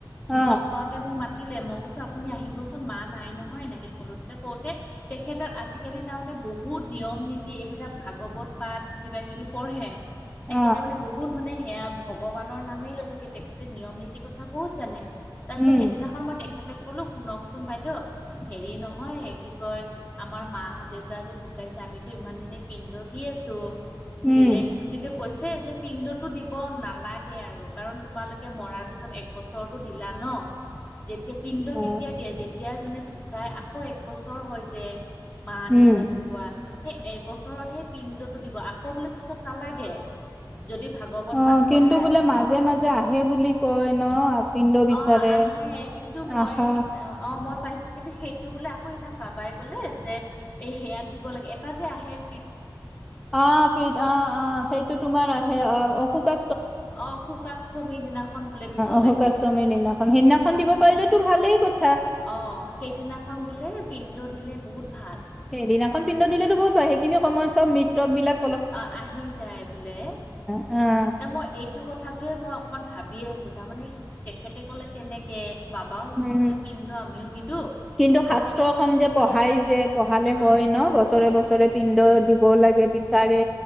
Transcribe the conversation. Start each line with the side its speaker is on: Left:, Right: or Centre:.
Centre: অ
Left: লগ পাওঁতে মোক মাতিলে। মই কৈছোঁ আপুনি আহিবচোন, মা নাই নহয় এনেকে ক'লো, তেতিয়া ক'ত তে তেখেতক আজিকালি তাৰমানে বহুত নিয়ম নীতি এইবিলাক ভাগৱত পাঠ কিব কিবি পঢ়ে।
Centre: অ
Left: তেখেতে মানে, বহুত মানে সেয়া ভগৱানৰ নামেই লৈ থাকে। তেখেতে নিয়ম নীতিৰ কথা বহুত জানে। তাৰপিছত
Centre: উম
Left: সেইদিনাখন মই তেখেতক কলোঁ, শুনকচোন বাইদেউ। হেৰি নহয় কি কয়, আমাৰ মাহঁত দেউতা যে ঢুকাইছে আমিতো ইমান দিনেই পিণ্ড দি আছোঁ।
Centre: উম
Left: দিলে কিন্তু কেতিয়াও কৈছে যে, পিণ্ডটো দিব নালাগে আৰু কাৰণ তোমালোকে মৰাৰ পিছত এক বছৰতো দিলা ন যেতিয়া পিণ্ড
Centre: অ
Left: কেতিয়া দিয়ে? যেতিয়া এজনে ঢুকায়, আকৌ একবছৰ হয় যে মা
Centre: উম
Left: দেউতা ঢুকুৱোৱা সেই এবছৰত সেই পিণ্ড'টো দিব আকৌ বোলে পিছত নালাগে যদি ভাগৱত
Centre: অ
Left: পাঠ পঢ়ায়
Centre: কিন্তু বোলে মাজে মাজে আহে বুলি কয় ন আপিন্দ বিচাৰে
Left: অ আহে কিন্তু মই
Centre: আশা
Left: অ মই পাইছো কিন্তু সেইটো বোলে আকৌ সেইদিনা বাবাই ক'লে যে এই সেয়াত দিব লাগে এটা যে আহে প
Centre: অ পি অ অ সেইটো তোমাৰ আহে অ অশোক অ
Left: অ শুকাষ্টমীৰ দিনাখন বোলে দিব
Centre: অশোকাষ্টমীৰ
Left: লাগে
Centre: দিনাখন সেইদিনাখন দিব পাৰিলে টো ভালেই কথা
Left: অ সেইদিনাখন বোলে পিণ্ড দিলে বহুত ভাল
Centre: সেইদিনাখন পিন্ডত দিলেতো বহুত ভ সেইখিনি সময় চব মৃতকবলাক
Left: অ আহি যায় বোলে
Centre: অ',
Left: তাৰ মই এই সটো কথাটোৱে মই অকণমান ভাবিে আছোঁ তাৰমানে তেখেতে ক'লে তেনেকৈ বাবাও সেইদিনাখন
Centre: উম
Left: ক'লে পিন্ধো আমিও নিদো
Centre: কিন্তু শাস্ত্ৰ খন যে পঢ়াই যে পঢ়ালে
Left: উম
Centre: কয় ন বছৰে বছৰে পিণ্ড দিব লাগে বিচাৰে